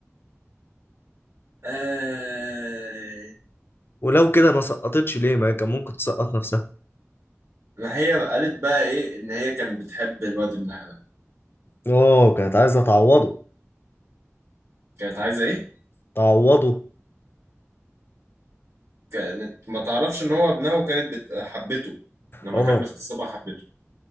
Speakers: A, on the right (about 55°); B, on the left (about 45°).
A: آه...
B: ولو كده ما سقطتش ليه ما هي كان ممكن تسقط نفسها
A: ما هي قالت بقى ايه ان هي كانت بتحب الواد ابنها ده
B: اه كانت عايزه تعوضه
A: كانت عايزه ايه
B: تعوضه
A: كانت ما تعرفش ان هو ابنها وكانت بت... حبته لما
B: اه
A: كان باغتصابها حبته